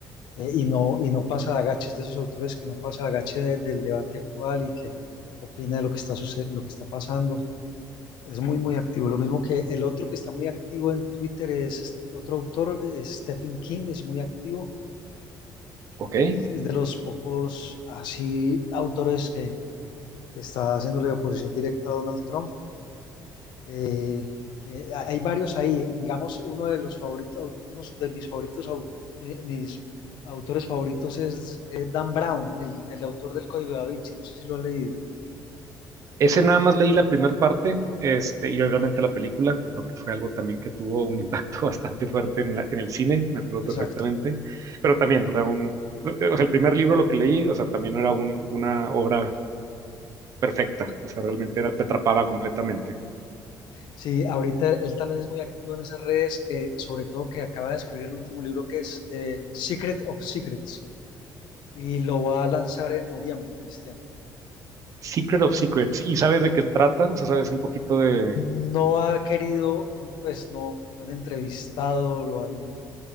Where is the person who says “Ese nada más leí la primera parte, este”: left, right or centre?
Right